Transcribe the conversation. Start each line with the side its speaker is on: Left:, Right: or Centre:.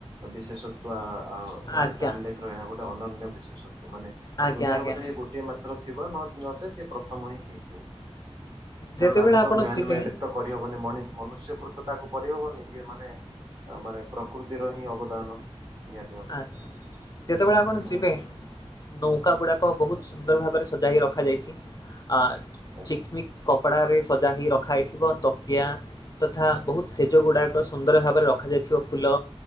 Right: ବିଶେଷତ୍ୱା ମାନେ
Left: ଆଜ୍ଞା
Right: ଡାଲ ଲେକ୍ ଏହା ଗୋଟେ ଅନନ୍ୟ ବିଶେଷତ୍ୱ ମାନେ
Left: ଆଜ୍ଞା
Right: ଦୁନିଆର
Left: ଆଜ୍ଞା
Right: ମଧ୍ୟଧେଇ ଗୋଟିଏ ମାତ୍ର ଥିବ ନଚେତ୍ ସେ ପ୍ରଥମ ହିଁ ହେଇଥିବ।
Left: ଯେତେବେଳେ
Right: କାରଣ ଆକୁ
Left: ଆପଣ
Right: ତ ମ
Left: ଯିବେ
Right: ମେ ତ କରିହବନି ମନୁଷ୍ୟକୃତକୁ କରିହବନି ଇଏ ମାନେ ତା ମାନେ ପ୍ରକୃତିର ହିଁ ଅବଦାନ। ନିହାତି ଭାବେ
Left: ଆଜ୍ଞା ଯେତେବେଳେ ଆପଣ
Right: ହୁଁ
Left: ଯିବେ।
Right: ହୁଁ ହୁଁ
Left: ନୌକା ଗୁଡାକ ବହୁତ ସୁନ୍ଦର ଭାବରେ ସଜା ହେ ରଖାଯାଇଛି ଆ
Right: ଆଜ୍ଞା
Left: ଚିକମିକ କପଡ଼ାରେ ସଜା ହୋଇ ରଖାାଯାଇଥିବ ତକିଆ ତଥା ବହୁତ ସେଜ
Right: ହୁଁ
Left: ଗୁଡ଼ାକ
Right: ହୁଁ
Left: ସୁନ୍ଦର ଭାବରେ ରଖାଯାଇଥିବା ଫୁଲ